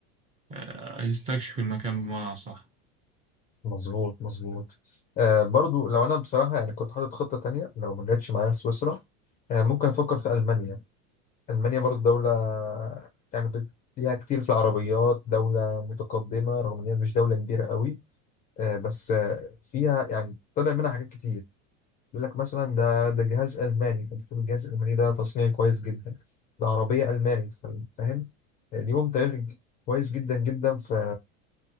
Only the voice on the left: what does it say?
مظبوط مظبوط آه برضو لو أنا بصراحة يعني كنت حاطط خطة تانية لو ما جاتش معايا سويسرا آه ممكن أفكر في ألمانيا ألمانيا برضه دولة يعني بت- ليها كتير في العربيات دولة متقدمة رغم إن هي مش دولة كبيرة قوي آه، بس آه، فيها يعني طلع منها حاجات كتير يقول لك مثلا ده ده جهاز ألماني فأنت تقول الجهاز الألماني ده تصنيع كويس جدا ده عربية ألماني ف- فاهم آه، ليهم تاريخ ج- كويس جدا جدا في